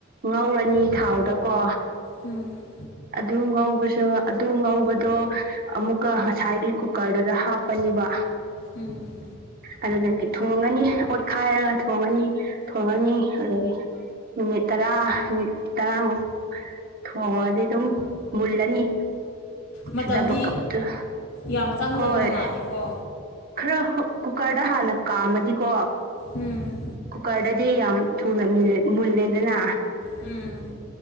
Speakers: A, on the right; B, on the left.
A: ꯉꯧꯔꯅꯤ ꯊꯥꯎꯗꯀꯣ
B: ꯎꯝ
A: ꯔꯨ ꯉꯧꯕꯁꯨ ꯑꯗꯨ ꯉꯧꯕꯗꯣ ꯑꯃꯨꯛꯀ ꯉꯁꯥꯏꯒꯤ ꯀꯨꯀꯔꯗꯨꯗ ꯍꯥꯞꯄꯅꯦꯕ
B: ꯎꯝ
A: ꯑꯗꯨꯗꯒꯤ ꯊꯣꯡꯉꯅꯤ ꯑꯣꯠꯈꯥꯏꯔꯒ ꯊꯣꯡꯉꯅꯤ ꯊꯣꯡꯉꯅꯤ ꯑꯗꯨꯗꯒꯤ ꯃꯤꯅꯤꯠ ꯇꯔꯥ ꯃꯤꯠ ꯇꯔꯥꯃꯨꯛ ꯊꯣꯡꯉꯗꯤ ꯑꯗꯨꯝ ꯃꯨꯜꯂꯅꯤ
B: ꯃꯇꯝꯗꯤ
A: ꯁꯤꯗꯕ ꯀꯞꯇꯨ
B: ꯌꯥꯝ ꯆꯪꯗꯕ
A: ꯍꯣꯏ
B: ꯃꯥꯜꯂꯤꯀꯣ
A: ꯈꯔ ꯀꯨꯀꯔꯗ ꯍꯥꯟꯅ ꯀꯥꯝꯃꯗꯤꯀꯣ
B: ꯎꯝ
A: ꯀꯨꯀꯔꯗꯗꯤ ꯌꯥꯝ ꯊꯨꯅ ꯃꯤꯂꯤꯠ ꯃꯨꯜꯂꯦꯗꯅ
B: ꯎꯝ